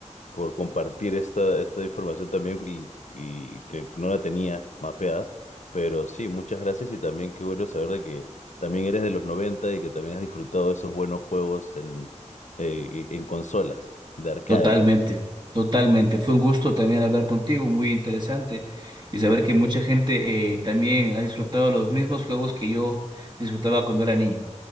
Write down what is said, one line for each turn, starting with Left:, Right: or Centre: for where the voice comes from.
Left: por compartir esta, esta información también y, y que no la tenía mapeada. Pero sí, muchas gracias y también qué bueno saber de que también eres de los 90 y que también has disfrutado de esos buenos juegos en, eh, y- en consolas, de arcade
Right: Totalmente,
Left: también.
Right: totalmente. Fue un gusto también hablar contigo, muy interesante, y saber que mucha gente eh, también ha disfrutado los mismos juegos que yo disfrutaba cuando era niño.